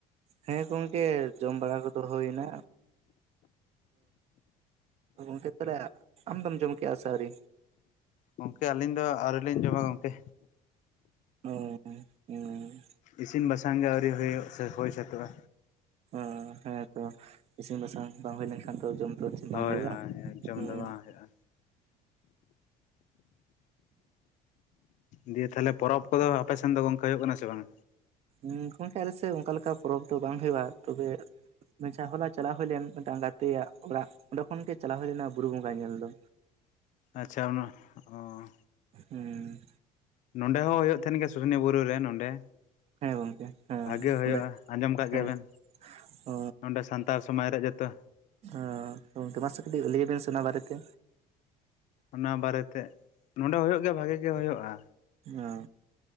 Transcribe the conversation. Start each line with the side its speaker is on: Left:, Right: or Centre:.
Right: ᱦᱮᱸ ᱜᱚᱝᱠᱮ ᱡᱚᱢ ᱵᱟᱲᱟ ᱠᱚᱫᱚ ᱦᱩᱭ ᱱᱟ ᱟᱫᱚ ᱜᱚᱝᱠᱮ ᱛᱟᱦᱚᱞᱮ ᱟᱢᱫᱚᱢ ᱡᱚᱢ ᱠᱮᱜᱼᱟ ᱟᱹᱣᱨᱤ
Left: ᱜᱚᱝᱠᱮ ᱟᱹᱞᱤᱧ ᱫᱚ ᱟᱹᱣᱨᱤ ᱞᱤᱧ ᱡᱚᱢᱟ ᱜᱚᱝᱠᱮ
Right: ᱩᱸ ᱦᱩᱸ
Left: ᱤᱥᱤᱱ ᱵᱟᱥᱟᱝ ᱜᱮ ᱟᱹᱣᱨᱤ ᱦᱩᱭᱩᱜ ᱥᱮ ᱦᱩᱭ ᱥᱟᱹᱛᱚᱜᱼᱟ
Right: ᱦᱩᱸ ᱦᱮᱸ ᱛᱚ ᱤᱥᱤᱱ ᱵᱟᱥᱟᱝ ᱵᱟᱝ ᱦᱩᱭ ᱞᱮᱱ ᱠᱷᱟᱱ ᱛᱚ ᱡᱚᱢ ᱛᱚ ᱵᱟᱝ
Left: ᱦᱳᱭ
Right: ᱦᱩᱭᱩᱜᱼᱟ
Left: ᱦᱳᱭ ᱡᱚᱢ
Right: ᱦᱩᱸ
Left: ᱫᱚ ᱵᱟᱝ ᱦᱩᱭᱩᱜᱼᱟ ᱫᱤᱭᱮ ᱛᱟᱦᱚᱞᱮ ᱯᱚᱨᱚᱵᱽ ᱠᱚᱫᱚ ᱟᱯᱮ ᱥᱮᱱ ᱫᱚ ᱜᱚᱝᱠᱮ ᱦᱩᱭᱩᱜ ᱠᱟᱱᱟ ᱥᱮ ᱵᱟᱝ
Right: ᱩᱸ ᱜᱚᱝᱠᱮ ᱟᱞᱮ ᱥᱮᱫ ᱚᱱᱠᱟ ᱞᱮᱠᱟ ᱯᱚᱨᱚᱵᱽ ᱫᱚ ᱵᱟᱝ ᱦᱩᱭᱩᱜᱼᱟ ᱛᱚᱵᱮ ᱟᱪᱪᱷᱟ ᱦᱚᱞᱟ ᱪᱟᱞᱟᱣ ᱦᱩᱭ ᱞᱮᱱ ᱢᱤᱫᱴᱟᱝ ᱜᱟᱛᱮᱭᱟᱜ ᱚᱲᱟᱜ ᱚᱸᱰᱮ ᱠᱷᱚᱱ ᱜᱮ ᱪᱟᱞᱟᱣ ᱦᱩᱭ ᱞᱮᱱᱟ ᱵᱩᱨᱩ ᱵᱚᱸᱜᱟ ᱧᱮᱞ ᱫᱚ
Left: ᱟᱪᱪᱷᱟ ᱚᱱᱟ ᱚᱸ
Right: ᱦᱩᱸ
Left: ᱱᱚᱰᱮ ᱦᱚᱸ ᱦᱩᱭᱩᱜ ᱛᱟᱸᱦᱮᱱ ᱜᱮᱭᱟ ᱥᱩᱥᱱᱤ ᱵᱩᱨᱩ ᱨᱮ ᱱᱚᱰᱮ
Right: ᱦᱮᱸ ᱜᱚᱝᱠᱮ ᱦᱮᱸ
Left: ᱵᱷᱟᱜᱮ ᱦᱩᱭᱩᱜᱼᱟ
Right: ᱚᱸᱰᱮ
Left: ᱟᱸᱡᱚᱢ ᱠᱟᱜ
Right: ᱦᱮᱸ
Left: ᱜᱮᱭᱟ ᱵᱤᱱ
Right: ᱚ
Left: ᱚᱸᱰᱮ ᱥᱟᱱᱛᱟᱲ ᱥᱚᱢᱟᱡᱽ ᱨᱮᱭᱟᱜ ᱡᱚᱛᱚ
Right: ᱟᱸ ᱜᱚᱝᱠᱮ ᱢᱟᱥᱮ ᱠᱟᱹᱴᱤᱡ ᱞᱟᱹᱭ ᱵᱮᱱ ᱥᱮ ᱱᱚᱣᱟ ᱵᱟᱨᱮ ᱛᱮ
Left: ᱚᱱᱟ ᱵᱟᱨᱮᱛᱮ ᱱᱚᱰᱮ ᱦᱳᱭᱳᱜ ᱜᱮᱭᱟ ᱵᱷᱟᱜᱮ ᱜᱮ ᱦᱳᱭᱳᱜᱼᱟ
Right: ᱚᱸ